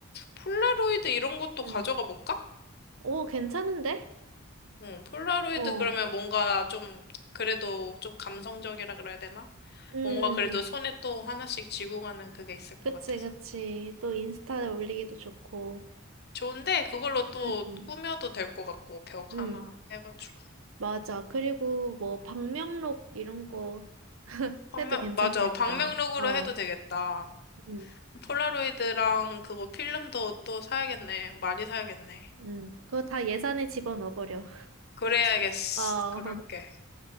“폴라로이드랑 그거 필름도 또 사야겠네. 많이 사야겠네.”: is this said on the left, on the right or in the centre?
Left